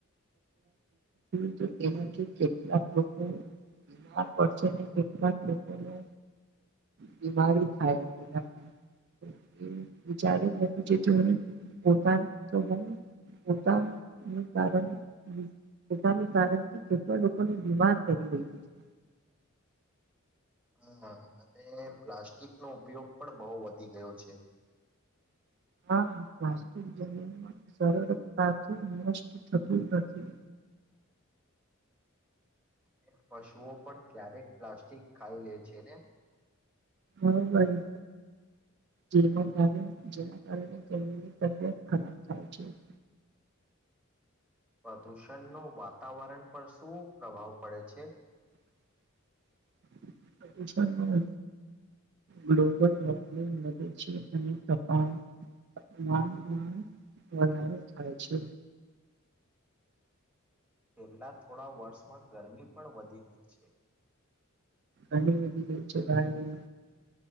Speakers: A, on the right; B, in the centre.
A: હોતી એમાંથી કેટલાક લોકો બીમાર પડશે અને કેટલા લોકોને બીમારી થાય એમ એ વિચાર જ નથી થતો અને પોતાને <unintelligible> કારણ પોતાને કારણથી કેટલા લોકોને બીમાર પાડી રહ્યું છે
B: હા અને પ્લાસ્ટિકનો ઉપયોગ પણ બહુ વધી ગયો છે
A: <inaudible> પ્લાસ્ટિક જમીનમાં સરળતાથી નષ્ટ થતું નથી
B: અને પશુઓ પણ ક્યારેક પ્લાસ્ટિક ખાઈ લે છે ને
A: હા ભાઈ જે જેના કારણે તેમની તબિયત ખરાબ થાય છે <unintelligible>
B: પ્રદૂષણનો વાતાવરણ પર શું પ્રભાવ પડે છે?
A: <unintelligible> પ્રદૂષણનો ગ્લોબલ વોર્મિંગ વધે છે અને તપમાનમાં વધારો થાય છે.
B: છેલ્લા થોડા વર્ષમાં ગરમી પણ વધી ગઈ છે.
A: ઘણી વધી ગઈ છે ભાઈ.